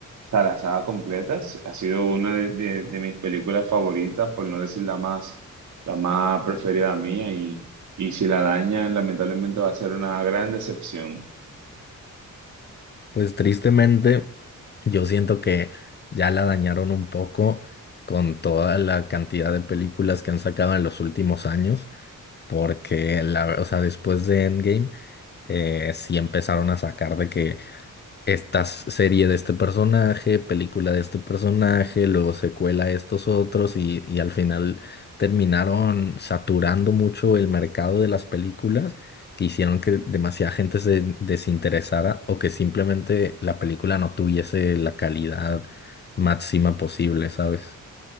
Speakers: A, on the right; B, on the left.
A: o sea, la saga completa, ha sido una de, de de mis películas favoritas, por no decir la más la más preferida mía y y si la dañan, lamentablemente va a ser una gran decepción.
B: Pues tristemente, yo siento que ya la dañaron un poco con toda la cantidad de películas que han sacado en los últimos años, porque la, o sea, después de Endgame, eh, sí empezaron a sacar de que esta serie de este personaje, película de este personaje, luego secuela de estos otros y, y al final terminaron saturando mucho el mercado de las películas que hicieron que demasiada gente se desinteresara o que simplemente la película no tuviese la calidad máxima posible, ¿sabes?